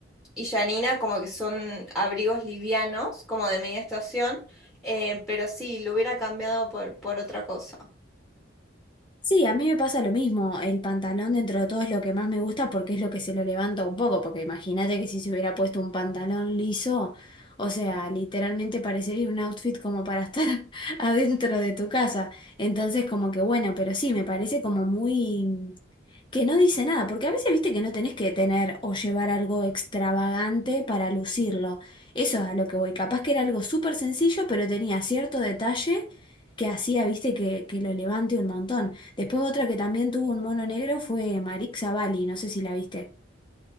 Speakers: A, in the centre; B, on the left.
A: y Janina, como que son abrigos livianos, como de media estación, eh, pero sí, lo hubiera cambiado por, por otra cosa.
B: Sí, a mí me pasa lo mismo. El pantalón dentro de todo es lo que más me gusta porque es lo que se lo levanta un poco. Porque imagínate que si se hubiera puesto un pantalón liso, o sea, literalmente parecería un outfit como para estar <laughs> adentro de tu casa. Entonces, como que bueno, pero sí, me parece como muy mm, que no dice nada. Porque a veces viste que no tenés que tener o llevar algo extravagante para lucirlo. Eso es a lo que voy. Capaz que era algo súper sencillo, pero tenía cierto detalle que hacía, viste, que, que lo levante un montón. Después otra que también tuvo un mono negro fue Marik Zavalli, no sé si la viste.